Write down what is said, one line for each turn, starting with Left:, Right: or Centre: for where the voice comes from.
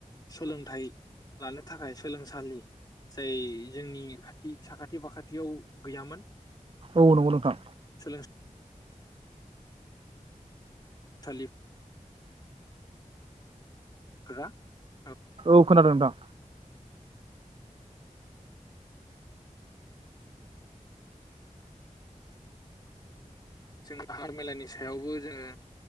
Left: सोलोंथाइ लानो थाखाय सोलोंसालि जाय जोंनि खाथि साखाथि फाखाथियाव गैयामोन
Right: औ नंगौ नोंथां
Left: <unintelligible> <unintelligible> <unintelligible>
Right: औ खोनादों नोंथां
Left: जोङो हान्था मेलानि सायावबो जोङो